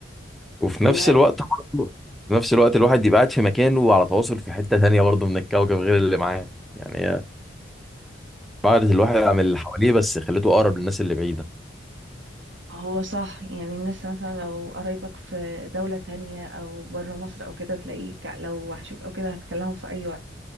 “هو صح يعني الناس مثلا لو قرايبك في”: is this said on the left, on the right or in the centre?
Right